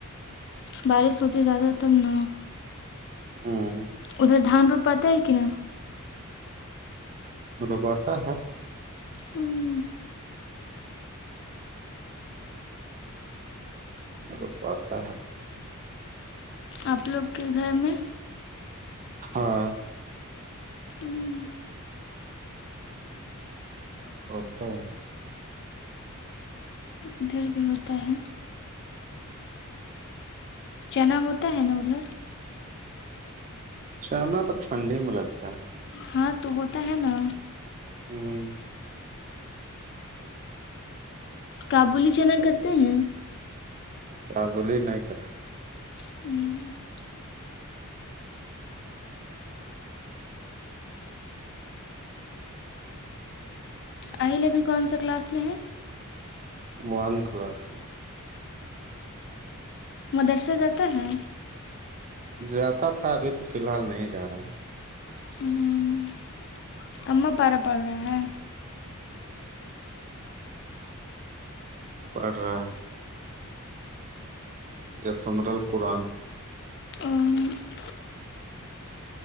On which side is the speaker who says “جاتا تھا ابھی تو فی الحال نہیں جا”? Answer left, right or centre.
Right